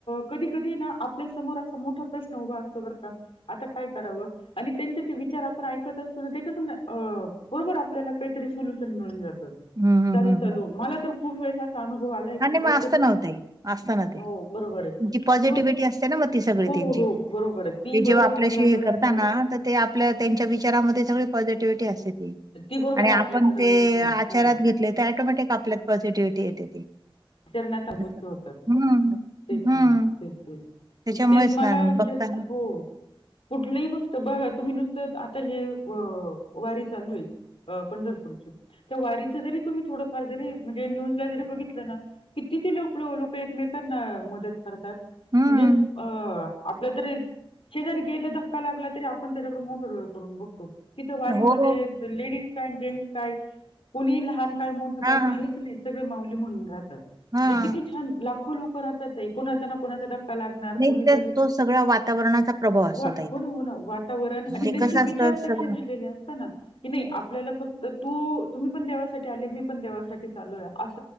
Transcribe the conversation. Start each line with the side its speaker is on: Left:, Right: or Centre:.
Left: कधी कधी ना आपल्या समोर असा मोठा प्रश्न उभा असतो बर का आता काय करावं आणि त्यांचे ते विचार आपण ऐकतच -- त्याच्यातून बरोबर आपल्याला काहीतरी सोल्यूशन मिळून जात.
Right: हं, हं,
Left: चालू
Right: हं,
Left: चालू
Right: हं.
Left: मला तर खूप वेळस अस अनुभव आलाय
Right: हा
Left: क
Right: नाही
Left: काहीतरी
Right: मग असतं ना ओ ताई असतं ना ते
Left: हो बरोबर आहे
Right: जी पॉझिटिव्हिटी
Left: तेव्हा
Right: असते ना मग ती सगळी
Left: हो
Right: त्यांची
Left: हो बरोबरय ती
Right: ते जेव्हा
Left: बरोबर
Right: आपल्याशी
Left: आपल्यापर्यंत
Right: हे करता ना तर ते आपल्या त्यांच्या विचारामध्ये सगळी पॉझिटिव्हिटी असते ती.
Left: ती बरोबर
Right: आणि
Left: आपल्याकडे
Right: आपण ते
Left: येते.
Right: आचारात
Left: हो.
Right: घेतले तर ॲटोमॅटिक आपल्यात पॉझिटिव्हटी येते ती.
Left: विचरणात त्या गोष्टी
Right: अच्छा.
Left: होतात.
Right: हम्म,
Left: तेच
Right: हम्म.
Left: ना तेच तेच
Right: त्याच्यामुळेच
Left: तेच मला
Right: ना बघता
Left: हो. कुठलीही गोष्ट बघा तुम्ही नुसतं आता हे वारी चालू आहे. हा पंढरपूरची त्या वारीच जरी तुम्ही थोडंफार जरी म्हणजे न्यूजला जरी बघितलं ना? किती ते लोक लोक एकमेकांना मदत करतात.
Right: हम्म.
Left: म्हणजे आ आपलं तरी शेजारी गेले धक्का लागला तरी आपण त्याच्याकडे मोठे डोळे करून बघतो. तिथं वारी
Right: हो.
Left: मध्ये लेडीज काय अन् जेन्ट्स काय कोणी लहान काय मोठं
Right: हां,
Left: काय काहीच नाही. सगळे माऊली म्हणून राहतात.
Right: हां.
Left: म्हणजे किती छान लाखो लोक रहतात ताई. कोणाचा ना कोणाचा धक्का का लागणार
Right: नाही
Left: कोणीतरी
Right: तर तो सगळा वातावरणाचा प्रभाव
Left: वा
Right: असतो ताई
Left: पण
Right: तो.
Left: हुणार वातावरण आणि
Right: ते
Left: त्यांची
Right: कसं
Left: भीती विचार
Right: असतं
Left: तशे
Right: सगळं
Left: झाले असताना की नाही आपल्याला फक्त तू तुम्ही पण देवासाठी आले मी पण देवासाठीच अलोय अस